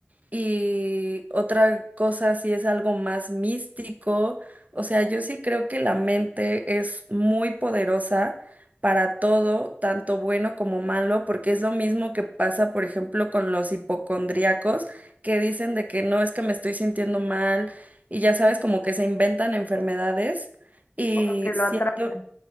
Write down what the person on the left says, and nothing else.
Sí.
y como que lo
atraen.